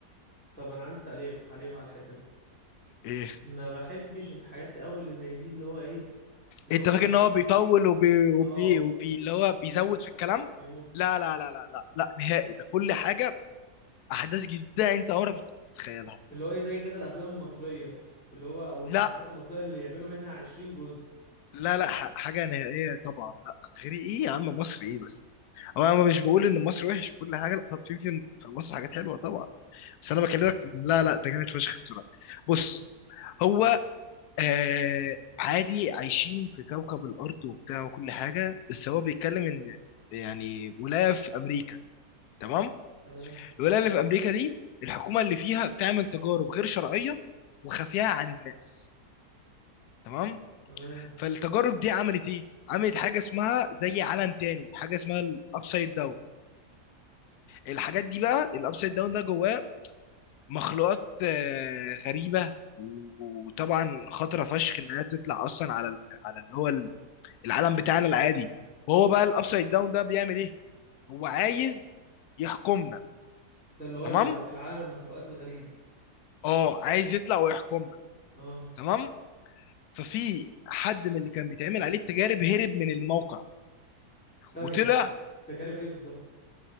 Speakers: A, in the centre; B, on the left.
A: طب انا عندي تعليق تعليق على الحته دي
B: ايه
A: ما بحبش الحاجات قوي اللي زي دي اللي هو ايه اللي
B: انت
A: هم
B: فاكر ان
A: شافوا
B: هو بيطول وبي وبي
A: اه
B: وبي اللي هو بيزود
A: بيمط
B: في الكلام
A: بيمط
B: لا لا لا لا لا لا نهائي ده كل حاجه احداث جديده انت عمرك ما كنت تتخيلها
A: اللي هو ايه زي كده الافلام المصرية اللي هو او المسلسلات
B: لا
A: المصرية اللي يعملوا منها عشرين جزء
B: لا لا ح- حاجه نهائيه طبعا لا غير ايه يا عم مصر ايه بس انا أنا مش بقول ان مصر وحش في كل حاجه لا طب في في في مصر حاجات حلوه طبعا بس انا بكلمك لا لا ده جامد فشخ بصراحه بص هو آه عادي عايشين في كوكب الارض وبتاع وكل حاجه بس هو بيتكلم ان يعني ولايه في امريكا تمام
A: تمام
B: الولايه اللي في امريكا دي الحكومه اللي فيها بتعمل تجارب غير شرعيه وخفيه عن الناس تمام
A: تمام
B: فالتجارب دي عملت ايه عملت حاجه اسمها زي عالم تاني حاجه اسمها الابسايد داون الحاجات دي بقى الابسايد داون ده جواه مخلوقات آه، غريبه وطبعا خطره فشخ انها تطلع اصلا على ال- على اللي هو ال- العالم بتاعنا العادي فهو بقى الابسايد داون ده بيعمل ايه هو عايز يحكمنا
A: ده اللي هو
B: تمام
A: ال- العالم المخلوقات الغريبة
B: اه عايز يطلع ويحكمنا
A: اه
B: تمام ففي حد من اللي كان بيتعمل عليه التجارب هرب من الموقع
A: ثانية
B: وطلع
A: تجارب ايه بالظبط